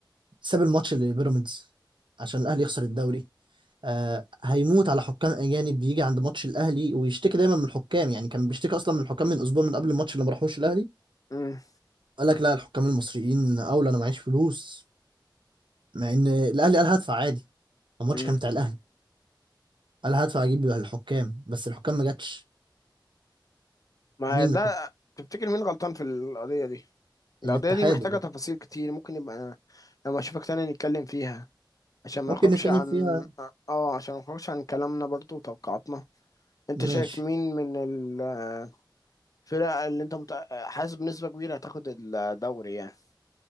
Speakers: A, on the right; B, on the left.
A: ساب الماتش لبيراميدز عشان الاهلي يخسر الدوري آه هيموت على حكام اجانب بيجي عند ماتش الاهلي ويشتكي دايما من الحكام يعني كان بيشتكي اصلا من الحكام من اسبوع من قبل الماتش اللي ما راحوش الاهلي
B: مم.
A: قال لك لا الحكام المصريين اولى انا معيش فلوس مع ان الاهلي قال هدفع عادي الماتش
B: مم.
A: كان بتاع الاهلي قال هدفع اجيب الحكام بس الحكام ما جاتش
B: ما
A: مين
B: ده
A: الحكام
B: تفتكر مين غلطان في القضية دي القضية
A: الاتحاد
B: دي محتاجة
A: اللي-
B: تفاصيل كتير ممكن يبقى أنا لما أشوفك تاني نتكلم فيها عشان ما
A: ممكن
B: نخرجش
A: نتكلم
B: عن
A: فيها
B: اه عشان ما نخرجش عن كلامنا برضو وتوقعاتنا انت
A: ماشي
B: شايف مين من الفرق اللي انت مت... حاسس بنسبة كبيرة هتاخد الدوري يعني